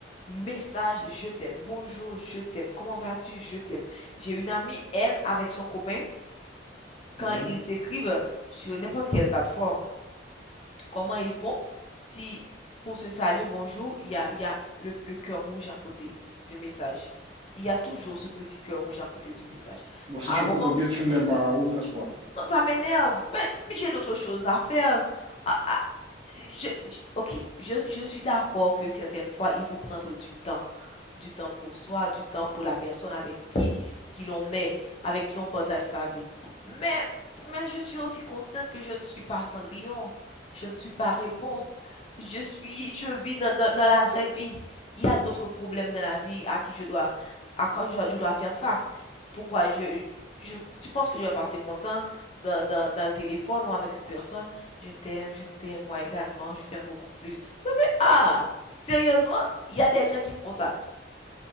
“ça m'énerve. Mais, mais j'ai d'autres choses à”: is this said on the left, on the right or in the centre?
Left